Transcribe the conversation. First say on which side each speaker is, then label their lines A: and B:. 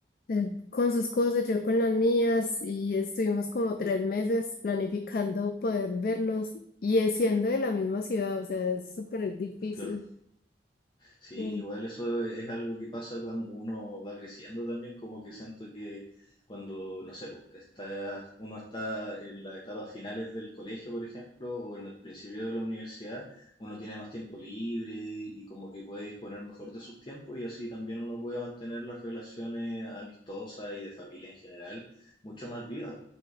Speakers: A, on the left; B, on the left.
A: él con sus cosas, yo con las mías y estuvimos como tres meses planificando poder vernos y es siendo de la misma ciudad, o sea, es súper difícil.
B: claro. Sí,
A: Sí,
B: igual eso es algo que pasa cuando uno va creciendo también, como que siento que cuando, no sé, po, está, uno está en las etapas finales del colegio, por ejemplo, o en el principio de la universidad, uno tiene más tiempo libre y como que puede disponer mejor de sus tiempos y así también uno puede mantener las relaciones amistosas y de familia en general mucho más vivas.